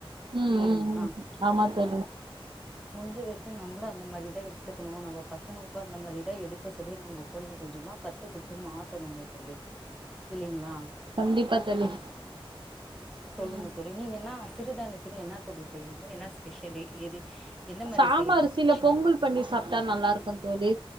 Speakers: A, on the right; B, in the centre.
A: உம்
B: இல்லைங்களா
A: உம் உம் ஆமா தோழி
B: முடிஞ்சம் வரைக்கும் நம்மளும் அந்த மாதிரிதான் எடுத்துக்கணும் நம்ம பசங்கக்கும் அந்த மாதிரி தான் எடுக்க சொல்லி நம்ம கொஞ்சம் கொஞ்சமாக கத்து கொடுத்து மாற்றணும் ஒலி இல்லைங்களா
A: கண்டிப்பா தோழி
B: சொல்லுங்க
A: ம்
B: தோழி நீங்க என்னாவா சிறுதானியத்தில என்ன தோழி செய்விங்கள் என்ன ஸ்பெஷலு எது எந்த மாரி
A: சாம
B: செய்யறது
A: அரிசில
B: ஸ்பெஷலு
A: பொங்கல் பண்ணி சாப்ட்டா நல்லாருக்கு தோழி